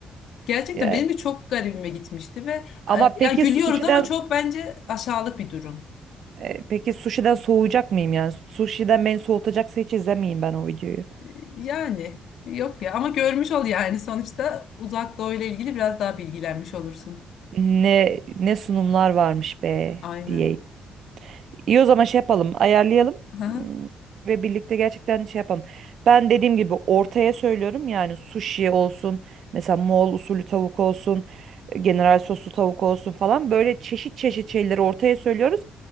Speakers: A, on the left; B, on the right.
A: Gerçekten
B: Yani,
A: benim de çok garibime gitmişti ve
B: ama
A: e,
B: peki
A: ya gülüyoruz
B: sushi'den
A: ama çok bence aşağılık bir durum.
B: e, peki sushi'den soğuyacak mıyım yani? Sushi'den beni soğutacaksa hiç izlemeyeyim ben o videoyu.
A: E, Yani yok ya ama görmüş ol yani sonuçta Uzak Doğu ile ilgili biraz daha bilgilenmiş olursun.
B: Ne ne sunumlar varmış be
A: Aynen.
B: diye. İyi o zaman şey yapalım, ayarlayalım
A: Aha.
B: Hmm, ve birlikte gerçekten şey yapalım. Ben dediğim gibi ortaya söylüyorum yani sushi olsun, mesela Moğol usulü tavuk olsun, e, general soslu tavuk olsun falan böyle çeşit çeşit şeyleri ortaya söylüyoruz.